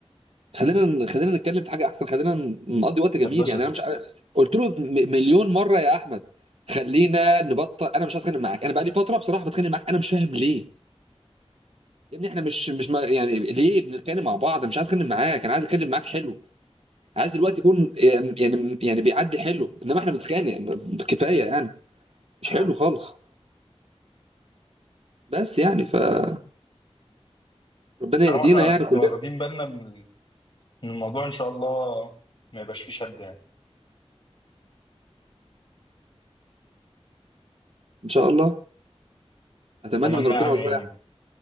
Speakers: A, on the right (about 65°); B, on the left (about 50°).
A: خلينا خلينا نتكلم في حاجه احسن خلينا نقضي وقت جميل
B: اتبسط
A: يعني انا مش عارف قلت له م- مليون مره يا احمد خلينا نبطل انا مش عايز اتخانق معاك انا بقى لي فتره بصراحه بتخانق معاك انا مش فاهم ليه يا ابني احنا مش مش ما يعني ليه بنتكلم مع بعض انا مش عايز اتكلم معاك انا عايز اتكلم معاك حلو عايز دلوقتي يكون يعني يعني بيعدي حلو انما احنا بنتخانق كفايه يعني مش
B: آه.
A: حلو خالص بس يعني فربنا يهدينا
B: طالما
A: يعني
B: احنا
A: كلنا
B: واخدين بالنا من ال- من الموضوع ان شاء الله ما يبقاش فيه شد يعني
A: ان شاء الله اتمنى
B: اتمنى
A: من ربنا
B: يعني
A: والله يا أحمد.